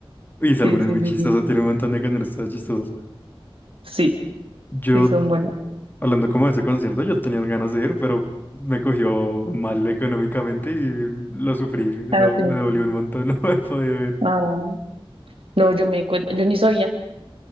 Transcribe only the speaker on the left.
Y ese álbum
es muy
chistoso,
tiene un montón de canciones todas chistosas.
Yo,
hablando como de ese concierto, yo tenía ganas de ir, pero me cogió mal económicamente y lo sufrí,
lo-
me dolió un montón <laughs> no haber podido ir.